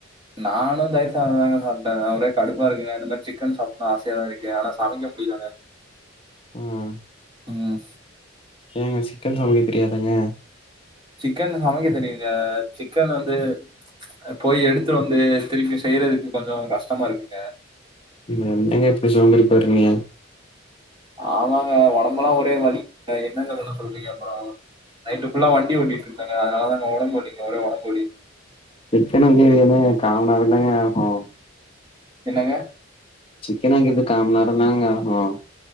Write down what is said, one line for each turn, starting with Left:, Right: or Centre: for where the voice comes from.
Right: நானு தயிர் சாததாங்க சாப்ட்டே ஒரே கடுப்பா இருக்கு இந்த மாரி சிக்கன் சாப்ட்னு ஆசையா தா இருக்கு ஆனா சமைக்க முடியலங்க
Left: ஆ
Right: ம்
Left: ஏங்க சிக்கன் சமைக்க தெரியாதங்க
Right: சிக்கன் சமைக்க தெரியுங்க சிக்கன் வந்து போய் எடுத்து வந்து திரும்பி செய்யறதுக்கு கொஞ்சோ கஷ்டமா இருக்குங்க
Left: என்னங்க இப்டி சோம்பேறி பட்றிங்க
Right: ஆமாங்க ஒடம்புலா ஒரே வலி என்னங்க பண்ண சொல்றீங்க அப்பறோ நைட்டு ஃபுல்லா வண்டி ஓட்டிட் இருந்தங்க அதனால தாங்க ஒடம்பு வலிக்குங்க ஒரே ஒடம்பு வலி
Left: சிக்கனு வந்து எடுத்தோனா கா நேர தாங்க ஆகு
Right: என்னங்க
Left: சிக்கன் வாங்குறது காமநேர தாங்க ஆகு